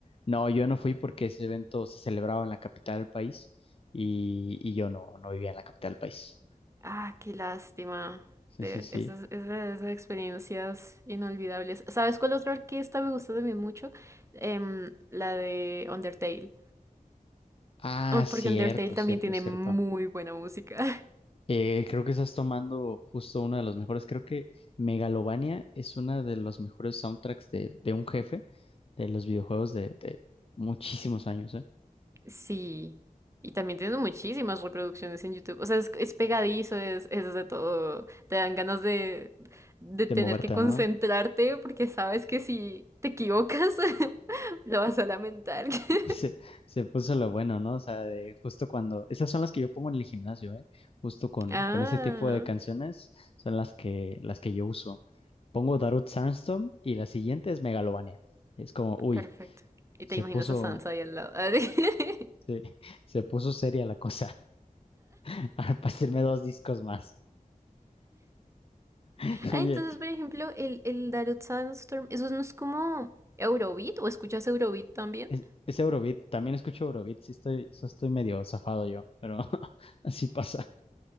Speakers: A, on the left (about 40°); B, on the right (about 20°).
A: No, yo no fui porque ese evento se celebraba en la capital del país y, y yo no, no vivía en la capital del país.
B: Ah, qué lástima.
A: Sí,
B: De
A: sí, sí.
B: esas, esas- esas experiencias inolvidables. ¿Sabes cuál otra orquesta me gusta también mucho? Em, la de Undertale.
A: Ah,
B: Un-
A: cierto,
B: Porque Undertale también
A: cierto,
B: tiene
A: cierto.
B: muy buena música. <laughs>
A: Eh, creo que estás tomando justo uno de los mejores. Creo que Megalovania es uno de los mejores soundtracks de, de un jefe de los videojuegos de, de muchísimos años, ¿eh?
B: Sí, y también tiene muchísimas reproducciones en YouTube. O sea, es, es pegadizo, es, es de todo. Te dan ganas de, de tener
A: De moverte,
B: que concentrarte
A: no
B: porque sabes que si te equivocas, <laughs> lo vas a lamentar. <laughs>
A: Se, se puso lo bueno, ¿no? O sea, de justo cuando, esas son las que yo pongo en el gimnasio, ¿eh? Justo con,
B: Ah,
A: con ese tipo de canciones son las que, las que yo uso. Pongo Darude Sandstorm y la siguiente es Megalovania. Es como, uy,
B: perfecto. Y te
A: se
B: imaginas
A: puso,
B: a Sansa ahí al lado. <laughs>
A: se, <laughs> se puso seria la cosa. <laughs> A pasarme dos discos más. <laughs>
B: Ah,
A: Oye,
B: entonces, por ejemplo, el, el Darude Sandstorm, ¿eso no es como Eurobeat? ¿O escuchas Eurobeat también?
A: es, es Eurobeat, también escucho Eurobeat, sí estoy, sí estoy medio zafado yo, pero <laughs> así pasa,